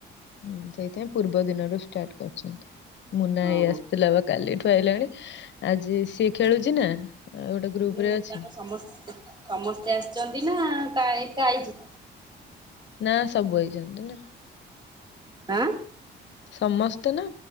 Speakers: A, on the left; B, on the right.
A: ହୁଁ ସେଇଥିପାଇଁ ପୂର୍ବ ଦିନରୁ ଷ୍ଟାର୍ଟ କରିଛନ୍ତି ମୁନା
B: ହଁ
A: ହେଇ ଆସିଥିଲା ବା କାଲିଠୁ ଆଇଲାଣି ଆଜି ସିଏ ଖେଳୁଛି ନା ଗୋଟେ ଗ୍ରୁପ
B: ହୁଁ
A: ରେ ଅଛି
B: ତାକୁ ସମସ୍ତେ ସମସ୍ତେ ଆସିଛନ୍ତି ନା କା ଏକା ଆଇଛି
A: ନା ସବୁ ଆଇଛନ୍ତି ନା
B: ଆଁ
A: ସମସ୍ତେ ନା